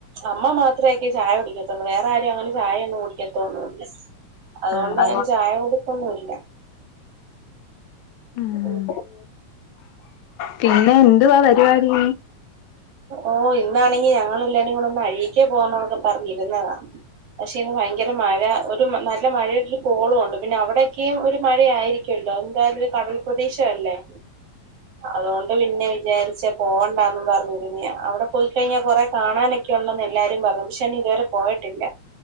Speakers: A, on the right; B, on the left.
A: അമ്മ മാത്രേ യോക്കെ ചായ കുടിക്കത്തുള്ളൂ വേറെ ആരു രും അങ്ങനെ ചായ ഒന്നും കുടിക്കത്തോന്നുല്ല അതുകൊണ്ട്
B: ആഹ്
A: അങ്ങെനെ ചായ കുടിപ്പൊന്നും ഇല്ല
B: ഉം
A: ഓ
B: പിന്നെ എന്തുവാ പരിപാടി
A: ഓ ഇന്നാണെങ്കി ഞങ്ങളെല്ലാരും കൂടെ ഒന്ന് അഴീക്കേ പോണം എന്നൊക്കെ പറഞ്ഞിരുന്നതാ പക്ഷെ ഇന്ന് ഭയങ്കര മഴ ഒരു നല്ല മഴ കോളുണ്ട് പിന്നെ അവിടെക്കിം ഒരു മഴ ആയിരിക്കുവല്ലോ <unintelligible> കടൽ പ്രദേശല്ലേ അതൊണ്ട് പി പിന്നെ വിചാരിച്ച പോകണ്ടാന്ന് പറഞ്ഞ അവിടെ പോയിക്കഴിഞ്ഞാ കൊറെ കാണാനൊക്കെ ഉണ്ടെന്ന് എല്ലാരും പറഞ്ഞു പക്ഷെനാ ഇതുവരെ പോയിട്ടില്ല